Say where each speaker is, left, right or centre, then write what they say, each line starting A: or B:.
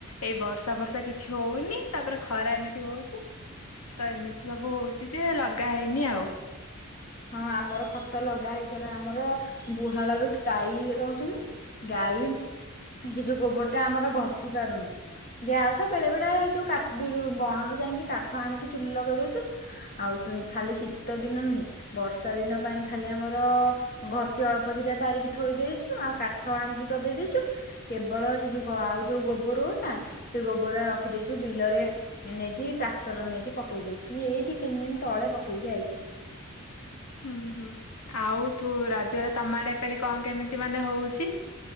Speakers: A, on the left (about 85°); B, on the left (about 40°).
A: ଏଇ ବର୍ଷା ଫର୍ଷା କିଛି ହଉନି। ତାପରେ ଖରା ଏମିତି ହଉଛି। ତ ଏମିତି ସବୁ ହଉଛି ଯେ ଲଗା ହେଇନି ଆଉ।
B: ହଁ ଆମର ଖତ ଲଗା ହେଇସାରିଲାଣି ଆମର ଗୁହାଳରୁ ଗାଈ ରହୁଛନ୍ତି। ଗାଈ ସେ ଯୋଉ ଗୋବର ଟା ଆମର ଘଷି ପାରୁନୁ। ଗ୍ୟାସ ବେଳେ ବେଳେ ଏ ଯୋଉ କାଠ୍ ବିରୁ ବଣରୁ ଯାଇକି କାଠ ଆଣିକି ଚୁଲି ଲଗେଇ ଦଉଛୁ। ଆଉ ସ‌ଉ ଖାଲି ଶୀତ ଦିନ ନୁହେଁ ବର୍ଷାଦିନ ପାଇଁ ଖାଲି ଆମର ଘଷି ଅଳ୍ପ ଦିଟା ପାରିକି ଥୋଇ ଦେଇଛୁ ଆଉ କାଠ ଆଣିକି ଗଦେଇ ଦେଇଛୁ। କେବଳ ସେ ଯୋଉ ଆଉ ଯୋଉ ଗୋବରଗୁରା ସେ ଗୋବରା ରଖିଦେଇଛୁ ବିଲରେ ଏନେଇକି ଟ୍ରାକ୍ଟର ନେଇକି ପକେଇ ଦେଇେଇକି ଏଇ ଦି ତିନି ଦିନ ତଳେ ପକେଇକି ଆଇଛି।
A: ହୁଁ ହୁଁ ଆଉ ତୁ ରଜରେ ତମ‌ଆଡେ ଏପାଳି କଣ କେମିତି ମାନେ ହଉଛି?